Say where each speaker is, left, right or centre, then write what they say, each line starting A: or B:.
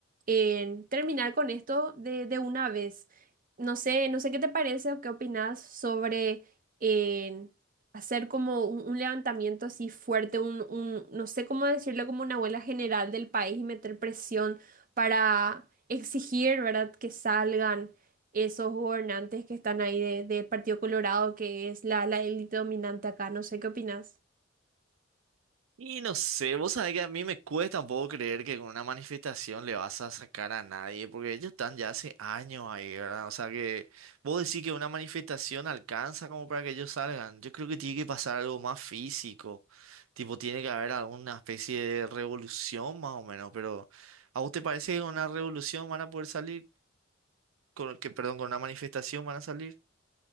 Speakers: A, on the right (about 45°); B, on the right (about 80°).
A: eh, terminar con esto de, de una vez no sé, no sé qué te parece o qué opinas sobre eh, hacer como un, un levantamiento así fuerte, un, un- no sé cómo decirlo, como una abuela general del país y meter presión para exigir, ¿verdad?, que salgan esos gobernantes que están ahí de, del Partido Colorado, que es la, la élite dominante acá. No sé qué opinas.
B: Y no sé, vos sabés que a mí me cuesta un poco creer que con una manifestación le vas a sacar a nadie, porque ellos están ya hace años ahí, ¿verdad? O sea que vos decís que una manifestación alcanza como para que ellos salgan. Yo creo que tiene que pasar algo más físico, tipo tiene que haber alguna especie de revolución más o menos, pero ¿a vos te parece que con una revolución van a poder salir? Con, que, perdón, con una manifestación van a salir?